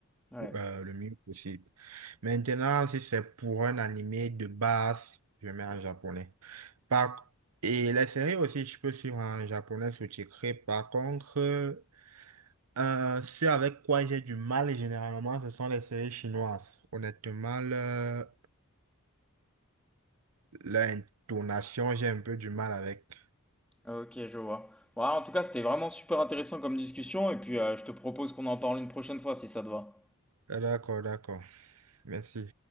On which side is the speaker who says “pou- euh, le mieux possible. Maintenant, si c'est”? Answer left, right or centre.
Right